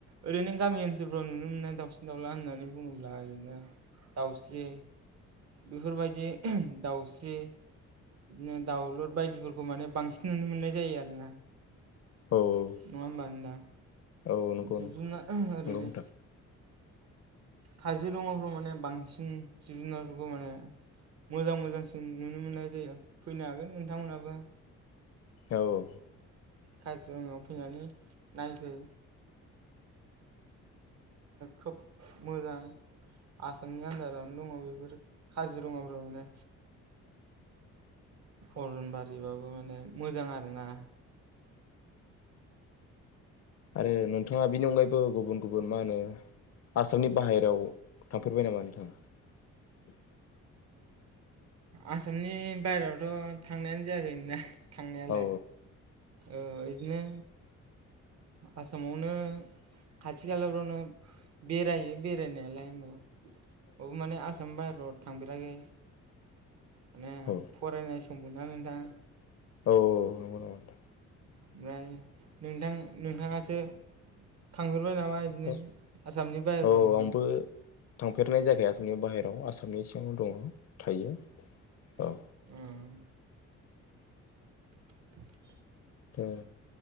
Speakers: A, on the right; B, on the left.
A: ओरैनो गामि ओन्सोलफ्राव नुनो मोन्नाय दाउसिन दाउला होन्नानै बुङोब्ला ओरैनो दाउस्रि, बेफोरबायदि दाउस्रि बिदिनो दाउलुद बायदिफोरखौ माने बांसिन नुनो मोन्नाय जायो आरोना। नङा
B: औ औ
A: होनबा नोंथां?
B: औ नंगौ
A: जिब
B: नंगौ
A: जुन्ना ओरैनो
B: नोंथां
A: काजिरङाफ्राव माने बांसिन जिब जुनारफोरखौ माने मोजां मोजांसिन नुनो मोन्नाय जायो। फैनो हागोन नोंथांमोनाबो।
B: औ औ।
A: काजिरङायाव फैनानै नायफै। खोब मोजां आसामनि आन्दारावनो दङ बेफोर काजिरङाफोराव माने। अरन बारिबाबो माने मोजां आरोना।
B: आरो नोंथाङा बेनि अनगायैबो गुबुन गुबुन मा होनो आसामनि बाहेरायाव थांफेरबाय नामा नोंथाङा?
A: आसामनि बायेरायावथ थांनायानो जायाखै थांनायालाय
B: औ
A: ओ इदिनो आसामावनो खाथि खालाफ्रावनो बेरायो बेरायनायालाय होनबा। औ माने आसामनि बायराव थांफेराखै माने
B: औ
A: फरायनाय सम सम मोना नोंथां।
B: औ नंगौ नंगौ नोंथां।
A: ओमफ्राय नोंथां नोंथाङासो थांफेर बाय नामा
B: नोंथां
A: इदिनो आसामनि बाहेरफ्राव
B: औ
A: माने?
B: आंबो थांफेरनाय जाखायाखैनो बाहेराव आसा सामनि सिङावनो दङ'। थायो औ।
A: ओम। <unintelligible>
B: द